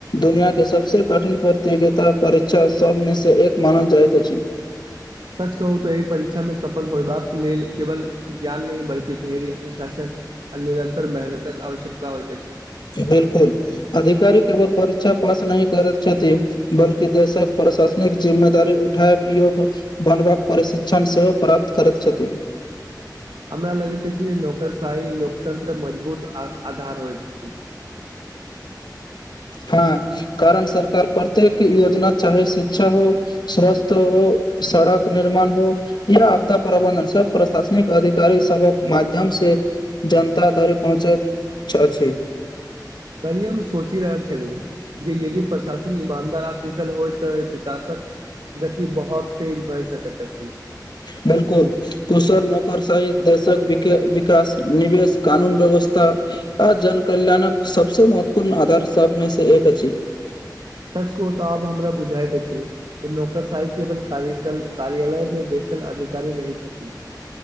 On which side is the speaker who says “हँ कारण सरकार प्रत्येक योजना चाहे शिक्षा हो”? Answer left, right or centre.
Left